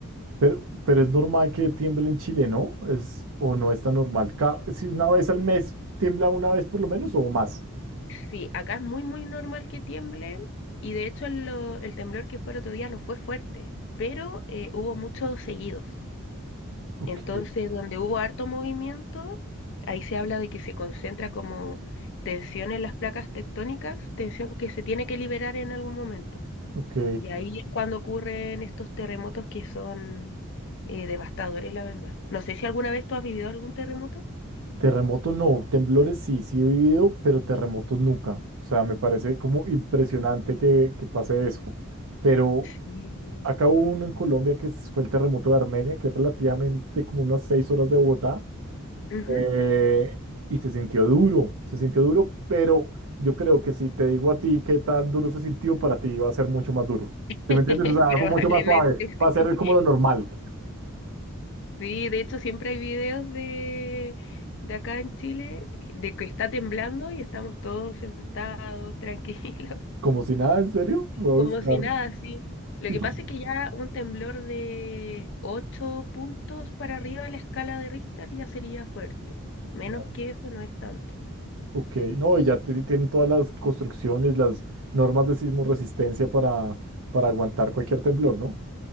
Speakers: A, on the right; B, on the left.
A: Pero, pero es normal que tiemble en Chile, ¿no? Es, o no es tan normal. Ca- si una vez al mes tiembla una vez por lo menos o más.
B: Sí, acá es muy, muy normal que tiemble y de hecho el, lo- el temblor que fue el otro día no fue fuerte, pero eh, hubo muchos seguidos.
A: Ok,
B: Entonces, donde hubo harto movimiento, ahí se habla de que se concentra como tensión en las placas tectónicas, tensión que se tiene que liberar en algún momento.
A: ok.
B: Y ahí es cuando ocurren estos terremotos que son eh, devastadores, la verdad. No sé si alguna vez tú has vivido algún terremoto.
A: Terremoto no, temblores sí, sí he vivido, pero terremotos nunca. O sea, me parece como impresionante que, que pase eso. Pero
B: Sí.
A: acá hubo uno en Colombia que es- fue el terremoto de Armenia, que es relativamente como unas seis horas de Bogotá.
B: Ujú.
A: eh, y se sintió duro, se sintió duro, pero yo creo que si te digo a ti qué tan duro se sintió, para ti va a ser mucho más duro. ¿Sí
B: <laughs>
A: me entiendes? O sea,
B: Probablemente
A: algo mucho más suave.
B: sí.
A: Va a ser como lo normal.
B: Sí, de hecho siempre hay videos de, de acá en Chile de que está temblando y estamos todos sentados, tranquilos, <laughs>
A: Como si nada, ¿en serio? Voy
B: como
A: a buscar.
B: si nada, sí. Lo
A: <laughs>
B: que pasa es que ya un temblor de 8 puntos para arriba de la escala de Richter ya sería fuerte. Menos
A: Claro.
B: que eso no es tanto,
A: Ok,
B: sí.
A: no, y ya ti- tienen todas las construcciones, las normas de sismo resistencia para, para aguantar cualquier temblor, ¿no?